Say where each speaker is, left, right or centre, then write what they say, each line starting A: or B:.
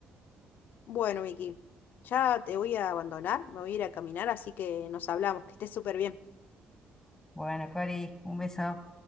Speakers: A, on the left (about 70°); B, on the left (about 15°).
A: Bueno, Vicky, ya te voy a abandonar, me voy a ir a caminar, así que nos hablamos, que estés súper bien.
B: Bueno, Cori, un beso.